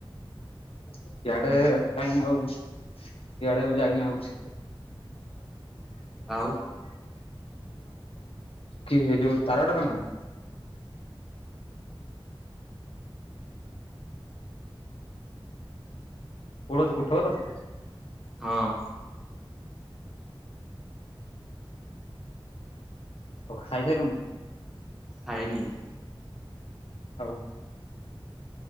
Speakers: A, on the left (about 80°); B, in the centre.
A: ସିଆଡେ କାହିଁ ଆଉ ସିଆଡେ ଯାଇନି ଆଉ।
B: ଆଉ
A: କିଏ ଯୋଉ ତାର ଟା ତନୁ କୋଉଠି ଅଛୁ କୋଠଘରେ ଅଛୁ।
B: ହଁ।
A: ଓଃ ଖାଇସାଇଲୁନି?
B: ଖାଇନି।
A: ଆଉ